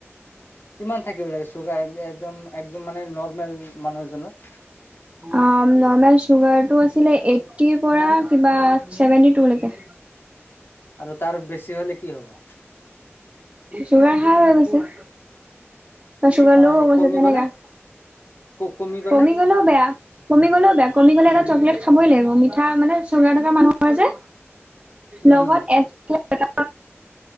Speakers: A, on the left; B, on the right.
A: কিমান থাকিব লাগে চুগাৰ একদম একদম মানে নৰ্মেল মানুহ এজনৰ।
B: আ, উম, নৰ্মেল চুগাৰটো আছিলে এইটীৰ পৰা কিবা চেভেনটিটু লৈকে।
A: আৰু তাৰ বেছি হ'লে কি হ'ব?
B: চুগাৰ হাইহৈ গৈছে। চুগাৰ লহয়গৈছে
A: আৰু কমি
B: তেনেকা,
A: গ'লে ক গ'লে
B: কমি গ'লেও বেয়া, কমি গ'লেও বেয়া, কমি গ'লে
A: উম
B: এটা চকলেট খাবই লাগিব মিঠা মানে, চুগাৰ থকা মানুহৰ যে,
A: উম
B: লগত এ <unintelligible>